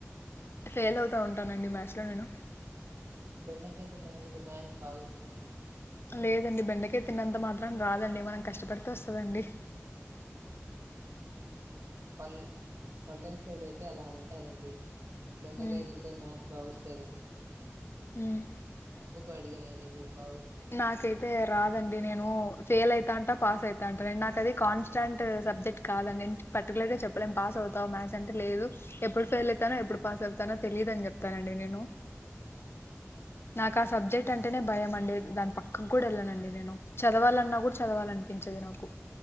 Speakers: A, on the left; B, on the right.
A: ఫెయిల్ అవుతా ఉంటానండి మ్యాస్ లో నేను
B: అంటే బెండకాయ తిన్నవాళకి మ్యాస్ బాగా వస్తదండి
A: లేదండి బెండకయ తిన్నంత మాత్రం రాదండి మనం కష్టపడితే వస్తదండి
B: అంటే మా పల్ మా పల్లెలు సైడ్ అయితే అలా అంటారండి బెండకాయ
A: హ్మ్.
B: తింటే మ్యాస్ బాగోస్తది
A: హ్మ్.
B: అందుకు అడిగానండి మీకు బాగోస్
A: నాకైతే రాదండి నేను ఫెయిల్ అవుతా అంటా పాస్ అవుతా అంటా నేను నాకు అది కాన్స్టెంట్ సబ్జెక్ట్ కాదు నేను పర్టికులర్గా చెప్పలేం పాస్ అవుతావ మ్యాథ్స్ అంటే లేదు ఎప్పుడు ఫెయిల్ అవుతనో ఎప్పుడు పాస్ అవుతానో తెలియదని చెప్తానండి నేను నాకు ఆ
B: అంటే
A: సబ్జెక్ట్ అంటేనే భయం అండి దాని పక్కనకు కూడా వెళ్ళనండి నేను చదవాలన్నా కూడా చదవాలనిపించదు నాకు